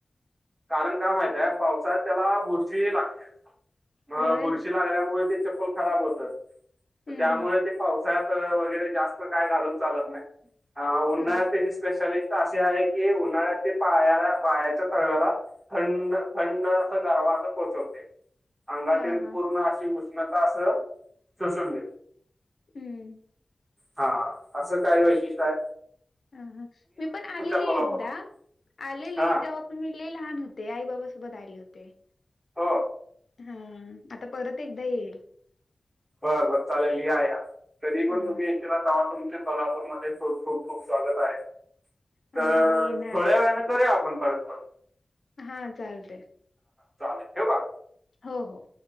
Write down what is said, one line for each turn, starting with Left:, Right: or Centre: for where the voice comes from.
Right: कारण का माहित आहे पावसाळ्यात त्याला बुरशी लागत्या. मग
Left: होय
Right: बुरशी लागल्यामुळे ते चप्पल खराब होत.
Left: हम्म
Right: त्यामुळे
Left: हम्म
Right: ते पाऊस साळ्यात वगैरे जास्त काय घालून चालत नाही. आ उन्हाळ्यांत
Left: हा
Right: त्याची स्पेशा असे आहे की उन्हाळ्यात पायाला पायाच्या तळव्याला- थंड थंड असा गरवा अस पोचवते अंगातील
Left: हा हा
Right: पूर्ण अशी- उष्णता अस शोषुण
Left: हम्म
Right: हा असं काय वैषीष्ट काय
Left: हा ह मी पण आलेली
Right: कोल्हापूरला
Left: एकदा आलेली
Right: हा
Left: तेव्हा- पण मी लय लहान होते आई बाबासोबत आले होते.
Right: हो हो
Left: हा आता परत एकदा येईल.
Right: बर बर चालेल या या कधी पण
Left: हा
Right: तुम्ही याेत ना. तेव्हा तुमचे कोल्हापूर मध्ये खूप खूप स्वागत आहे. तर
Left: हा हा येणार
Right: थोड्या वेळने करूया आपण परत परत-
Left: हा चालतंय
Right: चालेल ठेवू का
Left: हो हो